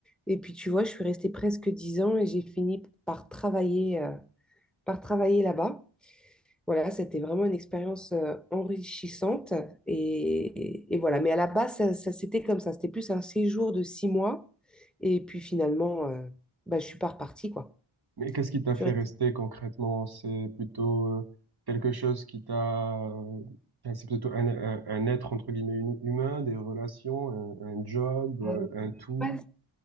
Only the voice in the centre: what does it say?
Et puis tu vois, je suis restée presque dix ans et j'ai fini par travailler, euh, par travailler là-bas. Voilà, c'était vraiment une expérience euh, enrichissante. Et, et- et voilà. Mais à la base, ça, ça, c'était comme ça. C'était plus un séjour de six mois. Et puis finalement, euh, bah, je suis pas repartie, quoi.
Je
suis restée,
euh,
ouais,